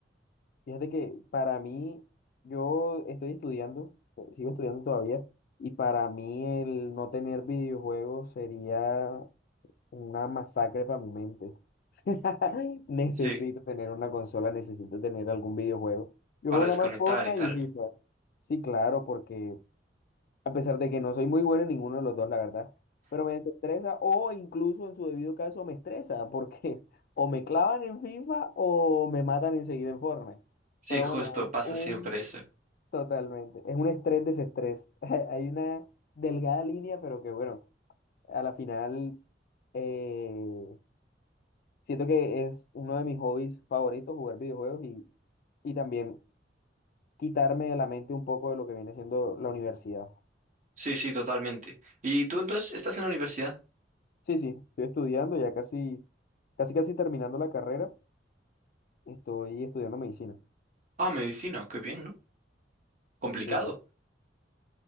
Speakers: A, on the left; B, on the right.
A: Fíjate que para mí, yo estoy estudiando, eh, sigo estudiando todavía, y para mí el no tener videojuegos sería una masacre para mi mente. <laughs> Necesito
B: Sí,
A: tener una consola, necesito tener algún videojuego. Yo
B: para
A: juego
B: desconectar
A: nada más Fortnite
B: y tal.
A: y FIFA. Sí, claro, porque a pesar de que no soy muy bueno en ninguno de los dos, la verdad. Pero me desestresa o incluso en su debido caso me estresa porque <laughs> o me clavan en FIFA o me matan enseguida en Fortnite.
B: Sí,
A: Pero
B: justo,
A: bueno, es
B: pasa
A: un
B: siempre eso.
A: totalmente, es un estrés desestrés. <laughs> Hay una delgada línea, pero que bueno, a la final eh, siento que es uno de mis hobbies favoritos jugar videojuegos y, y también quitarme de la mente un poco de lo que viene siendo la universidad.
B: Sí, sí, totalmente. ¿Y tú entonces estás en la universidad?
A: Sí, sí, estoy estudiando, ya casi, casi, casi terminando la carrera, estoy estudiando medicina.
B: Ah, medicina, qué bien, ¿no? Complicado,
A: Sí.